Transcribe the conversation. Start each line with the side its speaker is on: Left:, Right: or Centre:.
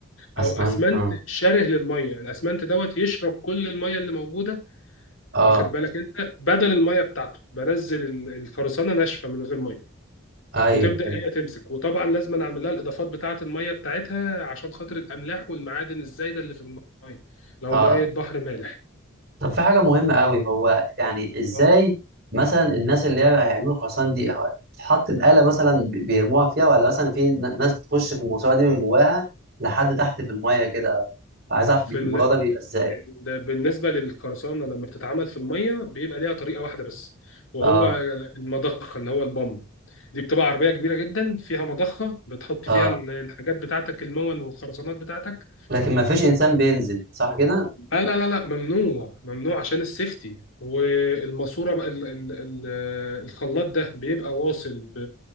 Right: اسمنت
Left: او اسمنت
Right: اه
Left: شره للميه الاسمنت دوت يشرب كل الميه اللي موجوده
Right: اه
Left: واخد بالك انت بدل الميه بتاعته بنزل ال- الخرسانه ناشفه من غير ميه
Right: ايوه
Left: وتبدا
Right: فهمت.
Left: هي تمسك وطبعا لازم أنا اعمل لها الاضافات بتاعه الميه بتاعتها عشان خاطر الاملاح والمعادن الزايده اللي في الميه لو
Right: اه
Left: ميه بحر مالح
Right: طب في حاجة مهمة قوي هو يعني ازاي
Left: اه
Right: مثلا الناس اللي هي هيعملوا خرسانة دي هو بتتحط بآلة مثلا ب- بيرموها فيها ولا مثلا في ن- ناس بتخش في الماسورة دي من جواها لحد تحت في المية كده عايز اعرف
Left: في
Right: بي-
Left: ال...
Right: الموضوع ده بيبقى ازاي
Left: ال- بالنسبة للقرصانة لما بتتعمل في المية بيبقى ليها طريقة واحدة بس وهو
Right: اه
Left: المضخة اللي هو البامب دي بتبقى عربية كبيرة جدا فيها مضخة بتحط
Right: اه
Left: فيها ال- الحاجات بتاعتك المون والخرسانات بتاعتك
Right: لكن ما فيش انسان بينزل صح كده
Left: لا لا لا لا ممنوع ممنوع عشان السيفتي والماسورة بقى ال ال ال الخلاط ده بيبقى واصل ب-